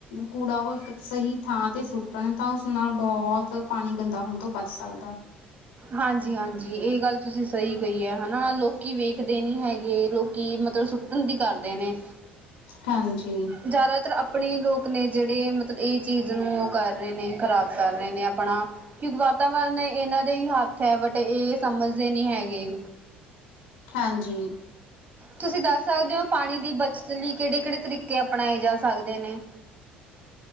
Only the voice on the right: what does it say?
ਹਾਂਜੀ- ਹਾਂਜੀ ਇਹ ਗੱਲ ਤੁਸੀਂ ਸਹੀ ਕਹੀ ਹੈ ਹਨਾ ਲੋਕੀ ਵੇਖਦੇ ਨੀ ਹੈਗੇ ਲੋਕੀ ਮਤਲਬ ਸੁੱਟਣ ਦੀ ਕਰਦੇ ਨੇ
ਜ਼ਿਆਦਾਤਰ ਆਪਣੇ ਲੋਕ ਨੇ ਜਿਹੜੇ ਮਤਲਬ ਇਹ ਚੀਜ਼ ਨੂੰ ਉਹ ਕਰ ਰਹੇ ਨੇ ਖ਼ਰਾਬ ਕਰ ਰਹੇ ਨੇ ਆਪਣਾ ਕਿਉਂਕਿ ਵਾਤਾਵਰਨ ਇਹਨਾਂ ਦੇ ਹੀ ਹੱਥ ਹੈ ਬਟ ਇਹ ਸਮਝਦੇ ਨਹੀਂ ਹੈਗੇ
ਤੁਸੀਂ ਦੱਸ ਸਕਦੇ ਹੋ ਪਾਣੀ ਦੀ ਬੱਚਤ ਲਈ ਕਿਹੜੇ ਕਿਹੜੇ ਤਰੀਕੇ ਅਪਣਾਏ ਜਾ ਸਕਦੇ ਨੇ